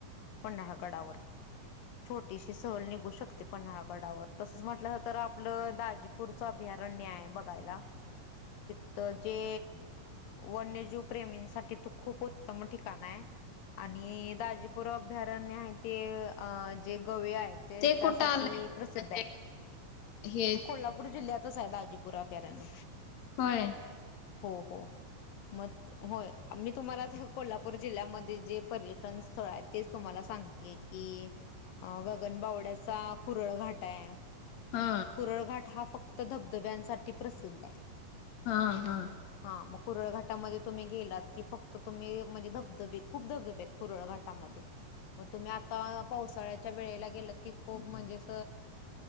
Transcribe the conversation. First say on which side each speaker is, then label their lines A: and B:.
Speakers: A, on the left; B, on the left.
A: पन्हाळगडावर. छोटीशी सहल निघू शकते पन्हाळगडावर तसच म्हटलं तर आपलं दा. दाजीपूरचे अभयारण्य आहे बघायला तथ जे. वन्यजीव प्रेमींसाठी तू खूप उत्तम ठिकाण आहे. आणि दाजीपुर अभयारण्य आहे ते अ जे गवे आहेत. ते त्यासाठी
B: कुठं आलंय म्हणजे
A: प्रसिद्ध आहे.
B: हे
A: कोल्हापूर जिल्ह्यातच आहे दाजीपूर अभयारण्य.
B: होय.
A: हो हो मग. होय मी तुम्हाला त्या कोल्हापूर जिल्ह्यामध्ये जे पर्यटन स्थळ आहे तेच तुम्हाला सांगते. कि अ गगनबावड्याचा कुरळ घाट आहे.
B: हा.
A: कुरळघाट हा फक्त धबधब्यांसाठी प्रसिद्ध आहे.
B: हा हा.
A: हा मग कुरळघाटामध्ये तुम्ही गेलात की फक्त तुम्ही म्हणजे धबधबे खूप धबधबेतत. कुरळघाटामध्ये. मग तुम्ही आता पावसाळ्याच्या वेळेला गेल की खूप म्हणजे अस.